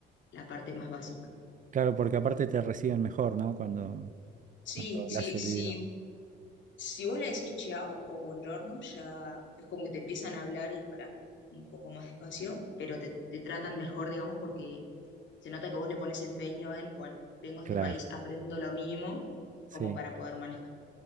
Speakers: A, on the left (about 70°); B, on the right (about 40°).
A: la parte más básica.
B: Claro, porque aparte te reciben mejor, ¿no? Cuando,
A: Sí,
B: cuando hablas
A: sí,
B: el
A: sí.
B: idioma.
A: Si vos le decís chao o buongiorno, ya es como que te empiezan a hablar y para un poco más despacio, pero te, te tratan mejor, digamos, porque se nota que vos le pones empeño en, bueno, vengo a
B: Claro,
A: este país, aprendo lo mínimo
B: sí,
A: como para poder manejar.